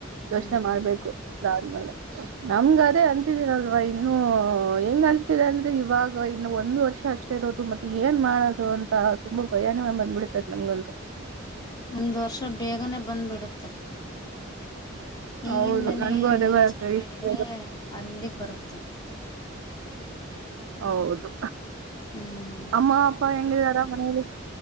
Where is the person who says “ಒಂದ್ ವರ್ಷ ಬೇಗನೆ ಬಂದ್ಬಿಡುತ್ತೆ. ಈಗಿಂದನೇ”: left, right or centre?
Left